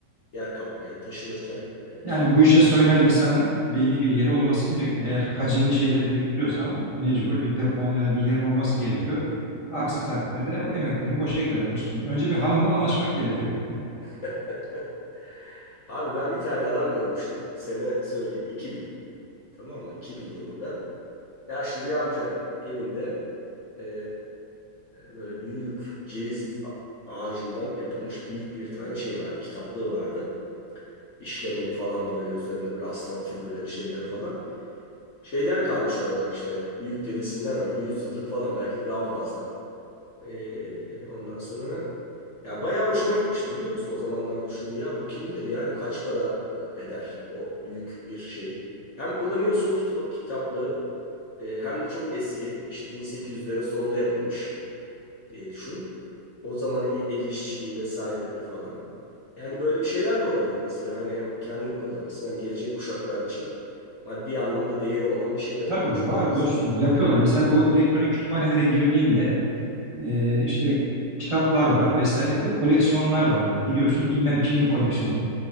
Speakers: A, on the left (about 60°); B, on the right (about 55°).
A: Yer kaplayan, taşınırken. ee.
B: yani bu işe soyunan insanın belli bir yeri olması gerekiyor. Eğer hacimli şeyleri biriktiriyorsan mecbur bir depon ya da bir yerin olması gerekiyor. Aksi takdirde bu emeklerin boşa gider dostum. Önce bir hanımla anlaşmak gerekiyor.
A: <laughs> Abi ben bir tane adam görmüştüm. Sene söyleyeyim 2000. Tamam mı? 2000 yılında. yaşlı bir amca evinde eee, böyle büyük ceviz ağacından yapılmış büyük bir tane şey vardı. Kitaplığı vardı. İşlemeli falan böyle üzerinde bir aslan figürleri şeyler falan. Şeyden kalmış orada işte büyük dedesinden ama 100 yıllık falan belki de daha fazla. Ee, ondan sonra ya bayağı hoşuma gitmişti biliyor musun? O zamanlar düşündüm ya bu kimdir? Yani kaç para eder o büyük bir şey? Hem kullanıyorsun kitap, kitaplığı e, hem de çok eski işte 1800'lerin sonunda yapılmış diye düşün. O zaman i- el işçiliği vesaireleri falan. Yani böyle bir şeyler de olabilir mesela hani hem kendini kullanırsın hem gelecek kuşaklar için maddi anlamda değeri olan bir şey de
B: Tabii
A: bırakmış olabilirsin.
B: var dostum yapıyorlar. Mesela bu elektronik kütüphanelere girdiğinde Ee, işte kitaplar var vesaire bir de koleksiyonlar var böyle gidiyorsun bilmem kimin koleksiyonu